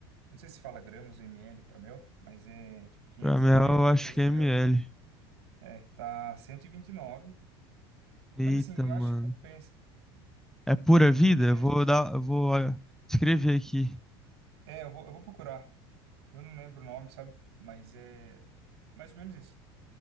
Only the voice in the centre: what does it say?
Pra mel,
eu acho
que
é ml.
Eita,
mano.
É pura
vida?
Eu vou dar, eu vou ah, escrever aqui.